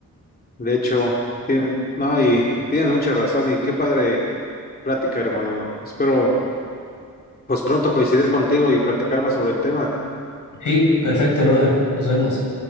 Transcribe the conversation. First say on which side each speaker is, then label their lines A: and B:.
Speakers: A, on the left (about 30°); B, on the left (about 75°).
A: de hecho, tienen, no, y tienen mucha razón y qué padre plática, hermano. Espero Pues pronto coincidir contigo y platicar más sobre el tema.
B: Sí, perfecto, brother. Nos vemos.